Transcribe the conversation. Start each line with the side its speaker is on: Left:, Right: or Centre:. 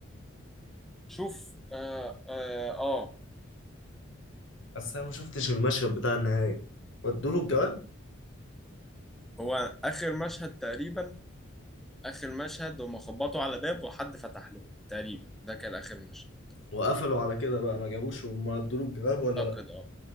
Centre: شوف اه اه, آه.
Left: بس أنا ما شفتش المشهد بتاع النهاية ودوا له الجواب
Centre: هو اخر مشهد تقريبا اخر مشهد هم خبطوا على باب وحد فتح لهم تقريبا ده كان اخر مشهد
Left: وقفلوا على كده بقى ما جابوش وما ادوا له الجواب ولا
Centre: اعتقد
Left: لأ
Centre: اه